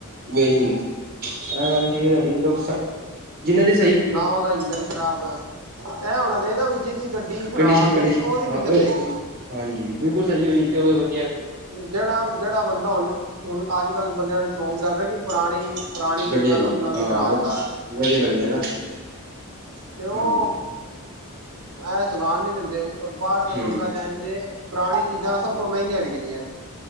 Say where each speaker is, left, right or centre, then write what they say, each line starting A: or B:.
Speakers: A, on the right; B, on the right.
A: ਵੇਚ ਦਿੰਦੇ ਇਹ ਗੱਲ ਠੀਕ ਹੈ ਤੁਹਾਡੀ ਲੋਕ ਜਿਹਨਾਂ ਨੇ
B: ਨਾ ਉਹਦਾ ਇੰਜਨ ਖ਼ਰਾਬ ਐ। ਏਹ ਹੋਣਾ ਚਾਹੀਦਾ ਬੀ ਜਿਹਦੀ ਗੱਡੀ ਖਰਾਬ
A: ਕੰਡੀਸ਼ਨ ਕੰਡੀਸ਼ਨ
B: ਏ ਉਹਦੀ ਨੀ
A: ਹਾਂ
B: ਚਲੇੇਗੀ।
A: ਉਹ ਹਾਂਜੀ, ਬਿਲਕੁਲ ਸਹੀ ਹੋਈ ਤੇ ਓਹਦੇ ਵਿੱਚ ਆ
B: ਜਿਹੜਾ ਜਿਹੜਾ ਬੰਦਾ ਹ ਹੁਣ ਅੱਜ ਕੱਲ੍ਹ ਬੰਦਿਆਂ ਨੂੰ ਸ਼ੌਂਕ ਚੱਲ ਰਿਹਾ ਕਿ ਪੁਰਾਣੀ ਪੁਰਾਣੀ ਚੀਜ਼ਾਂ
A: ਗੱਡੀ ਚਲਾ
B: ਨੂੰ ਨਵੀਂ
A: ਹਾਂ
B: ਕਰਾਉਣ
A: ਵਧ
B: ਦਾ।
A: ਵਧੀਆ ਲੱਗਦੀ ਹੈ ਨਾ।
B: ਤੇ ਉਹ
A: ਹਾਂਜੀ
B: ਐ ਚਲਾਨ ਨੀ ਦਿੰਦੇ ਔਰ ਬਾਹਰ ਦੇ
A: ਹਮ
B: ਮੁਲਕਾਂ ਚ ਐਜ ਏ ਪੁਰਾਣੀ ਚੀਜ਼ਾਂ ਸਭ ਤੋਂ ਮਹਿੰਗੀਆਂ ਵਿਕਦੀਆਂ।